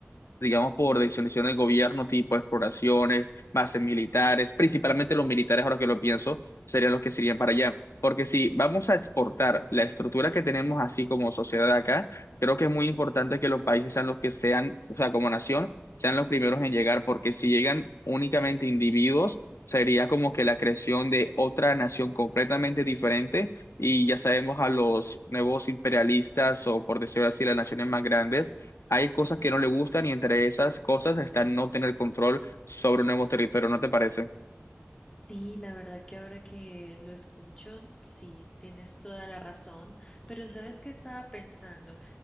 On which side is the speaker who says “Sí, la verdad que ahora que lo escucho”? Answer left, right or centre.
Left